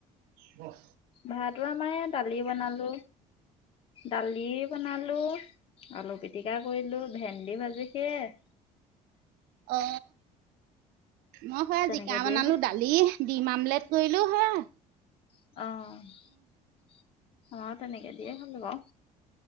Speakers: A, on the right (about 85°); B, on the left (about 40°).
A: বাহ
B: ভাতো আমাৰ দালি বনালো। দালি বনালো আলু পিটিকা কৰিলো, ভেন্দি ভাজি সেয়াই
A: অ মই খৰা
B: তেনেকে
A: জিকা বনালো,
B: দিয়ে হ'ল
A: দালি, ডিম আমলেট কৰিলো হেয়াই
B: অ'। অ', তেনেকে দিয়ে খালো আও